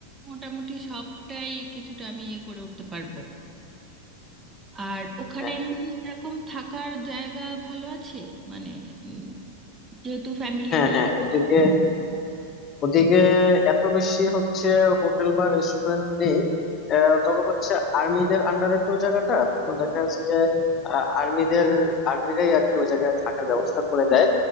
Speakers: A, on the right (about 20°); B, on the left (about 30°).
A: মোটামুটি সবটাই কিছুটা আমি ইয়ে করে উঠতে পারবো আর ওখানে
B: হ্যাঁ
A: এমনি সেরকম থাকার জায়গা ভালো আছে মানে উম, যেহেতু ফ্যামিলি
B: হ্যাঁ
A: নিয়ে
B: হ্যাঁ
A: এরকম-
B: ওদিকে ওদিকে এত বেশি হচ্ছে হোটেল বা রেস্টুরেন্ট নেই আহ, তবে হচ্ছে আর্মিদের আন্ডারে তো ওই জায়গাটা তো দেখা
A: হুম,
B: যাচ্ছে যে আহ, আর্মিদের আর্মিরাই আর কি ওই জায়গায় থাকার ব্যবস্থা করে দেয়